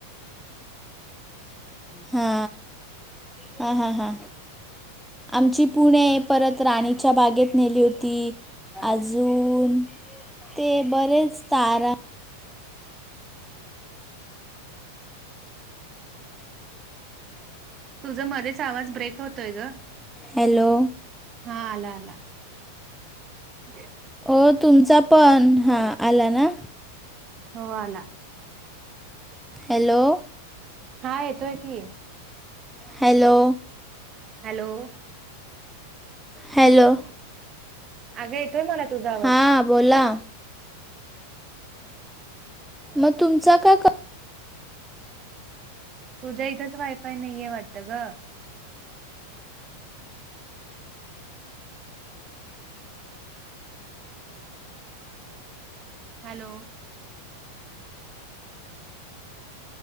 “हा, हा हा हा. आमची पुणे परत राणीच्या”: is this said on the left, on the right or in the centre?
Centre